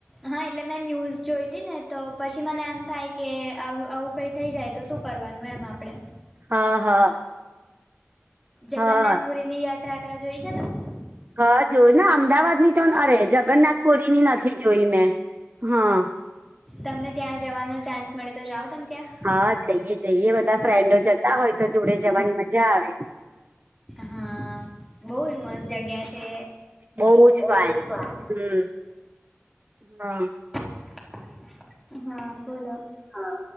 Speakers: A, in the centre; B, on the right.
A: હા એટલે મેં ન્યૂઝ જોઈતી નેતો પછી એમ થાય કે આવું કંઈક, થઈ જાય તો શું કરવાનું એમ આપણે,
B: હા, હા,
A: જગન્નાથપુરીની
B: હા
A: યાત્રાના જોઈ છે, તે
B: હા જોન અમદાવાદની તો અરે જગન્નાથપુરીની નથી જોઈ મેં હા,
A: તમને ત્યાં જવાનો ચાન્સ મળે તો જાઓ તમ ત્યાં
B: હા જઈએ જઈએ બધા ફ્રેન્ડો જતા હોય તો જોડે જવાની મજા આવે.
A: હા બહુ જ મસ્ત જગ્યા છે.
B: બઉ જ
A: બહુ
B: ફાઈન
A: ફાઇન
B: હમ હા
A: <inaudible> હા બોલો હા